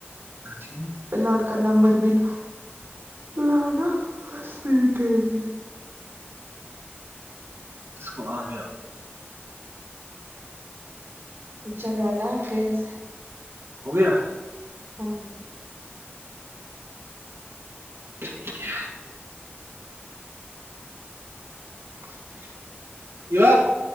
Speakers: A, on the right; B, on the right.
A: اچھی
B: لال کا نمبر بھیل لال ہس پ بھی کہ گ
A: اس کو آ گیا
B: چلو اللہ حافظ
A: ہو گیا
B: ہاں ہاں
A: ٹھیک ہے
B: <unintelligible>
A: کی و <unintelligible>